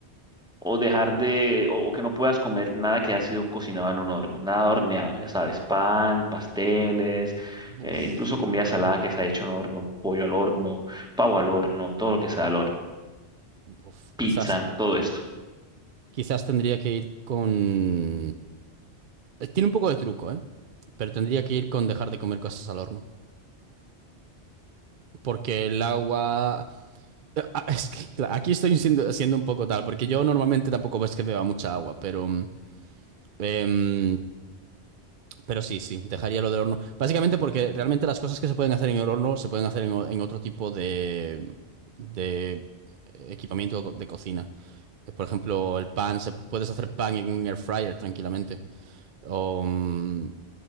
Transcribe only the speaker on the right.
Buf,
buf,
quizás,
quizás tendría que ir con... eh, Tiene un poco de truco, ¿eh? Pero tendría que ir con dejar de comer cosas al horno. Porque el agua... Eh, Ah, Es que cla- aquí estoy siendo, siendo un poco tal, porque yo normalmente tampoco ves que beba mucha agua, pero, mm, em, pero sí, sí, dejaría lo del horno. Básicamente porque realmente las cosas que se pueden hacer en el horno se pueden hacer en, o- en otro tipo de, de equipamiento co- de cocina. Eh, Por ejemplo, el pan, se, puedes hacer pan en un air fryer tranquilamente. O, mm,